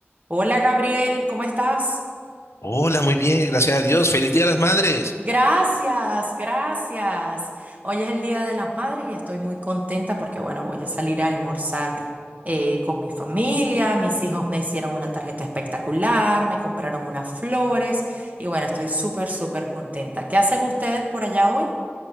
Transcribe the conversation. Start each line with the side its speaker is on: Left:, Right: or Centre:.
Right: Hola Gabriel, ¿cómo estás?
Left: Hola, muy bien, gracias a Dios. Feliz Día de las Madres.
Right: Gracias, gracias. Hoy es el Día de las Madres y estoy muy contenta porque, bueno, voy a salir a almorzar eh, con mi familia. Mis hijos me hicieron una tarjeta espectacular, me compraron unas flores y, bueno, estoy súper, súper contenta. ¿Qué hacen ustedes por allá hoy?